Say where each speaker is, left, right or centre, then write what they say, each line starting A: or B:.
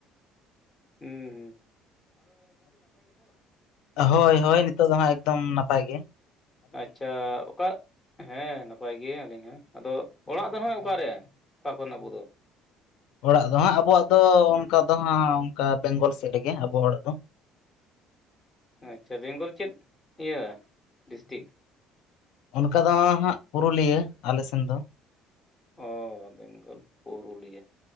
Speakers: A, on the left; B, on the left.
A: ᱦᱩᱸᱻ
B: <inaudible> ᱦᱳᱭ ᱦᱳᱭ ᱱᱤᱛᱚᱜ ᱫᱚ ᱦᱟᱸᱜ ᱮᱠᱫᱚᱢ ᱱᱟᱯᱟᱭ ᱜᱮ ᱾
A: ᱟᱪᱪᱷᱟ, ᱚᱠᱟ ᱦᱮᱸ ᱱᱟᱯᱟᱭ ᱜᱮ ᱟᱹᱞᱤᱧ ᱦᱚᱸ ᱾ ᱟᱫᱚ ᱚᱲᱟᱜ ᱫᱚ ᱱᱟᱜ ᱚᱠᱟ ᱨᱮ ᱚᱠᱟ ᱠᱷᱚᱱ ᱟᱵᱚ ᱫᱚ?
B: ᱚᱲᱟᱜ ᱫᱚ ᱦᱟᱸᱜ ᱟᱵᱚᱣᱟᱜ ᱫᱚ ᱚᱱᱠᱟ ᱫᱚ ᱦᱟᱸᱜ ᱚᱱᱠᱟ ᱵᱮᱝᱜᱚᱞ ᱥᱮᱫ ᱨᱮᱜᱮ ᱟᱵᱚᱣᱟᱜ ᱚᱲᱟᱜ ᱫᱚ ᱾
A: ᱟᱪᱪᱷᱟ, ᱵᱮᱝᱜᱚᱞ ᱪᱮᱫ ᱤᱭᱟᱹ ᱰᱤᱥᱴᱤᱠ?
B: ᱚᱱᱠᱟ ᱫᱚ ᱦᱟᱸᱜ ᱯᱩᱨᱩᱞᱤᱭᱟᱹ ᱟᱞᱮ ᱥᱮᱱ ᱫᱚ ᱾
A: ᱚ, ᱵᱮᱝᱜᱚᱞ ᱯᱩᱨᱩᱞᱤᱭᱟᱹ